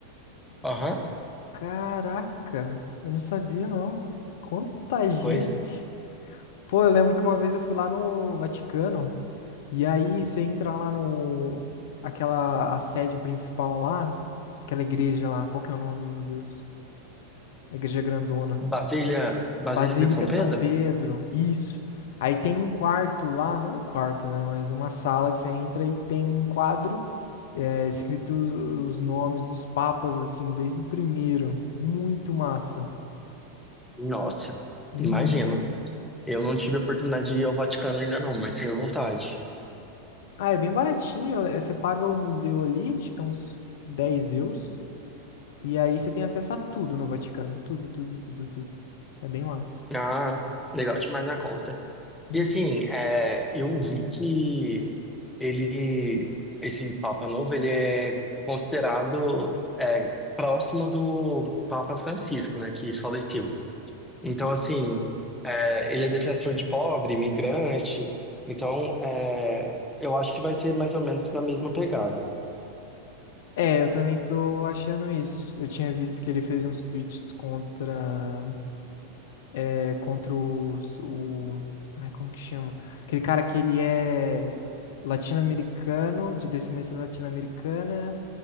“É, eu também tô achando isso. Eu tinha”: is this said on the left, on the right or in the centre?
Left